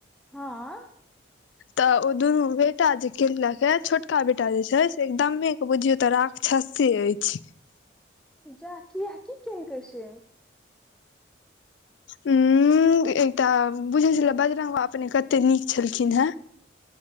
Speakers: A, in the centre; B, on the left (about 70°).
A: हँ
B: तऽ ओ दुनू बेटा जे किनलक या छोटका बेटा जे छै एकदमे के बुझियौ तऽ राक्षसे अछि
A: जा किया की केल काय से
B: हुंम एकटा बुझल छले बजरंग बाबा अपने कते नीक छलखिन हेँ